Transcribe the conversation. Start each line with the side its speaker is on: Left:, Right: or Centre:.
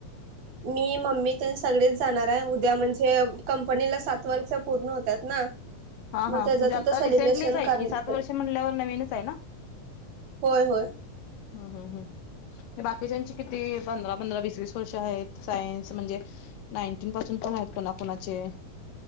Right: मी मम्मी तर सगळेच जाणार आहे उद्या म्हणजे कंपनीला सात वर्ष पूर्ण होतात ना.
Left: हा
Right: मग
Left: हा
Right: त्याच
Left: म्हणजे
Right: तिथं
Left: आता
Right: सेलिब्रेशन
Left: रिसेंटलीच आहे
Right: कर
Left: की सात वर्ष म्हणल्यावर नवीनच आहे ना?
Right: होय होय..
Left: हम्म हम्म हम्म बाकीच्याची किती पंधरा पंधरा वीस. तीस वर्षे सायन्स म्हणजे नायटीन परसेंटेज पण आहे कोणाकोणाचे.